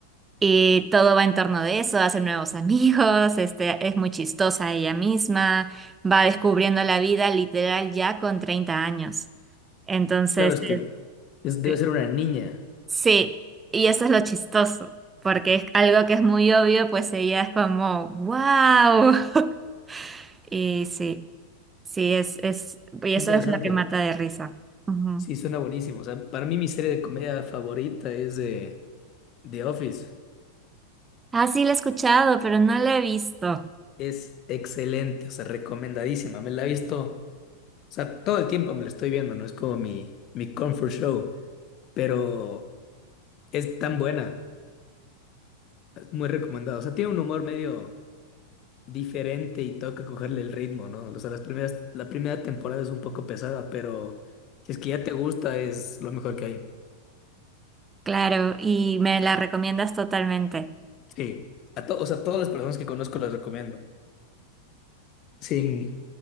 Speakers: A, on the right; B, on the left.
A: Y todo va en torno de eso, hace nuevos amigos, este, es muy chistosa ella misma, va descubriendo la vida literal ya con 30 años. Entonces,
B: Claro, es que es-
A: este,
B: debe ser una niña.
A: sí, y eso es lo chistoso, porque es algo que es muy obvio, pues ella es como, wow. <laughs> Y sí, sí, es, es, y
B: Interesante.
A: eso es lo que mata de risa. Ujú.
B: Sí, suena buenísimo. O sea, para mí mi serie de comedia favorita es eh, The Office.
A: Ah, sí, la he escuchado, pero no la he visto.
B: Es excelente, o sea, recomendadísima. Me la he visto, o sea, todo el tiempo me la estoy viendo, ¿no? Es como mi, mi comfort show, pero es tan buena, es muy recomendada. O sea, tiene un humor medio diferente y toca cogerle el ritmo, ¿no? O sea, las primeras, la primera temporada es un poco pesada, pero si es que ya te gusta, es lo mejor que hay.
A: Claro, y me la recomiendas totalmente.
B: Sí. A to- o sea, todas las personas que conozco las recomiendo. Sin,